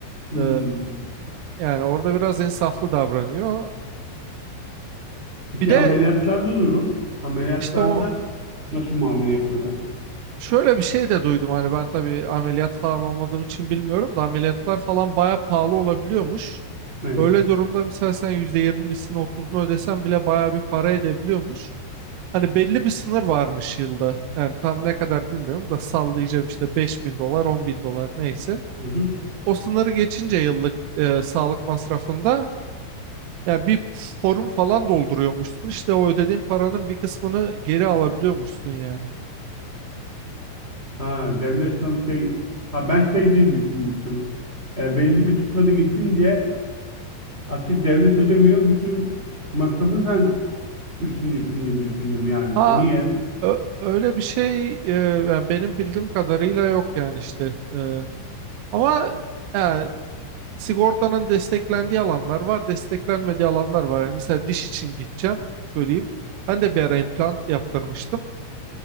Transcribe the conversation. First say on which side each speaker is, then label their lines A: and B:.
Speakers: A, on the right; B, on the right.
A: Hmm.
B: Ee, yani orada biraz insaflı davranıyor.
A: Peki
B: Bir de
A: ameliyatlarda durum? Ameliyatlarda
B: işte o
A: nasıl muamele yapıyorlar?
B: şöyle bir şey de duydum hani ben tabii ameliyat falan olmadığım için bilmiyorum da ameliyatlar falan baya pahalı olabiliyormuş.
A: Evet.
B: Öyle durumda mesela sen %20'sini 30'unu ödesen bile bayağı bir para edebiliyormuş. Hani belli bir sınır varmış yılda. Yani tam ne kadar bilmiyorum da sallayacağım işte beş bin dolar 10 bin dolar neyse.
A: Hı hı.
B: O sınırı geçince yıllık e, sağlık masrafında yani bir forum falan dolduruyormuşsun. İşte o ödediğin paranın bir kısmını geri alabiliyormuşsun yani.
A: Ha, devlet sana şey... Ha ben şey diye düşünmüştüm. E, belli bir tutarı geçince Artık devlet ödemiyor. Bütün masrafı sen üstleniyorsun gibi düşündüm yani.
B: Ha
A: Onu yerine.
B: ö- öyle bir şey e, yani benim bildiğim kadarıyla yok yani işte. E, ama yani Sigortanın desteklendiği alanlar var, desteklenmediği alanlar var. Yani mesela diş için gideceğim, söyleyeyim. Ben de bir ara implant yaptırmıştım.